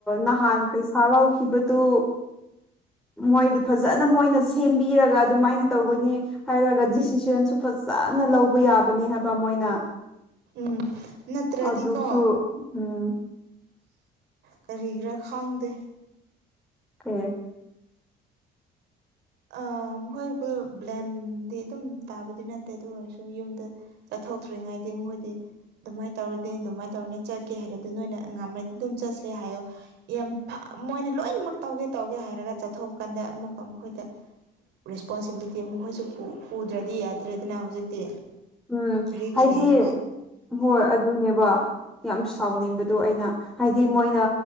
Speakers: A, in the centre; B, on the right (about 80°).
A: ꯅꯍꯥꯟ ꯄꯩꯁꯥ ꯂꯧꯥꯎꯈꯤꯕꯗꯨ ꯃꯣꯏꯒꯤ ꯐꯖꯅ ꯃꯣꯏꯅ ꯁꯦꯝꯕꯤꯔꯒ ꯑꯗꯨꯃꯥꯏꯅ ꯇꯧꯒꯅꯤ ꯍꯥꯏꯔꯒ ꯗꯤꯁꯤꯖꯟꯁꯨ ꯐꯖ ꯀꯅ ꯂꯧꯕ ꯌꯥꯕꯅꯤ ꯍꯥꯏꯕ ꯃꯣꯏꯅ
B: ꯎꯝ ꯅꯠꯇ꯭ꯔꯗꯤꯀꯣ
A: ꯑꯗꯨꯁꯨ ꯎꯝ
B: ꯀꯔꯤꯒꯔꯥ ꯈꯥꯡꯗꯦ
A: ꯎꯝ
B: ꯑ ꯃꯈꯣꯏꯕꯨ ꯕ꯭ꯂꯦꯝꯗꯤ ꯑꯗꯨꯝ ꯇꯥꯕꯗꯤ ꯅꯠꯇꯦ ꯑꯗꯨ ꯑꯣꯏꯔꯁꯨ ꯌꯨꯝꯗ ꯆꯠꯊ ꯊꯧꯇ꯭ꯔꯤꯉꯥꯏꯗꯤ ꯃꯈꯣꯏꯗꯤ ꯑꯗꯨꯃꯥꯏꯅ ꯇꯧꯔꯗꯤ ꯑꯗꯨꯃꯥꯏꯅ ꯇꯧꯔꯅꯤ ꯆꯠꯀꯦ ꯍꯥꯏꯔ ꯑꯗꯨ ꯅꯣꯏꯅ ꯉꯝꯃꯗꯤ ꯑꯗꯨꯝ ꯆꯠꯁꯦ ꯍꯥꯏꯌꯣ ꯌꯥꯝ ꯃꯣꯏꯅ ꯂꯣꯏꯅꯃꯛ ꯇꯧꯒꯦ ꯇꯧꯒꯦ ꯍꯥꯏꯔꯒ ꯆꯠꯊꯣꯛ ꯀꯥꯟꯗ ꯑꯃꯨꯛꯀ ꯃꯈꯣꯏꯗ ꯔꯦꯁꯄꯣꯟꯁꯤꯕꯤꯂꯤꯇꯤ ꯃꯈꯣꯏꯁꯨ ꯄꯨꯗ꯭ꯔꯗꯤ ꯌꯥꯗ꯭ꯔꯦꯗꯅ ꯍꯧꯖꯤꯛꯇꯤ
A: ꯎꯝ
B: ꯔꯤꯛꯁ
A: ꯍꯥꯏꯗꯤ
B: ꯂꯩꯌꯦꯕ
A: ꯍꯣꯏ ꯑꯗꯨꯅꯦꯕ ꯌꯥꯝ ꯁꯥꯎꯅꯤꯡꯕꯗꯣ ꯑꯩꯅ ꯍꯥꯏꯗꯤ ꯃꯣꯏꯅ